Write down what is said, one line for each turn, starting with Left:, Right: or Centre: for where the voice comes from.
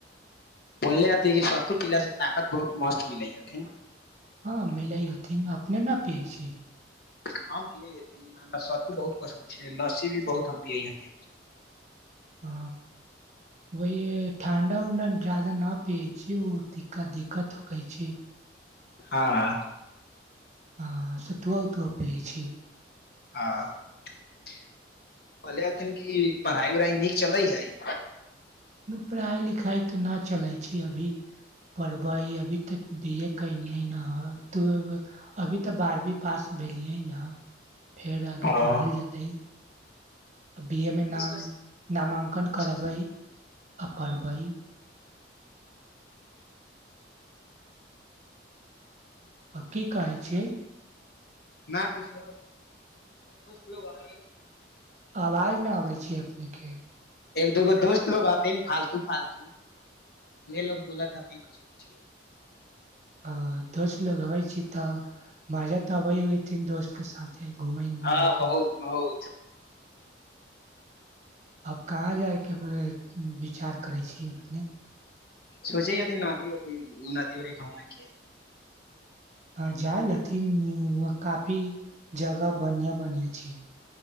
Left: बोलले हथि कि सतू पिलासँ ताकत बहुत मस्त मिलै हथिन
Right: अमे लैय हथिन अपने न पिय छी
Left: हम पियै हेथिन हमरा सत्तू बहुत पसन्द छै लस्सी भी बहुत हम पियै हेथिन
Right: ह वह ठंडा उंडा जादा न पियए छी ओ दिक्कत हो छी
Left: हँ
Right: हँ सतुआ अतूआ पीबै छी
Left: हँ कहले हथिन कि पढ़ाइ उढ़ाइ नीक चलै हइ
Right: पढ़ाइ लिखाइ तऽ नहि चलै छै अभी पढ़बै अभी तऽ बी ए कलियै नँ अभी तऽ बारवीं पास भेलियै नेँ फेर आगे
Left: कथि
Right: पढ़ल जेतै बी ए मे नाम
Left: सोच
Right: नामांकन
Left: कथि
Right: करबै
Left: सोच
Right: आ पढ़ब बाइ हकी कहै छियै
Left: न किछो दोस्त ल ह
Right: आवाज नहि अबै छै नीक
Left: एक दोगो दोस्त लोग हथिन फालतू फालतू उह लोग बोलत हथिन कछो कछो
Right: आ दोस्त लोग अबै छै तऽ मजा तऽ अबे होइथिन दोस्त के साथे घूमै उमै
Left: हँ
Right: होखम
Left: बहुत
Right: त।
Left: बहुत
Right: आब कहाँ जायके विचार करै छी अपने
Left: सोचे यदी नदीथि नदी उदी घूमैके
Right: ह जाालथि काफी जगह बनिआ बनिआ छै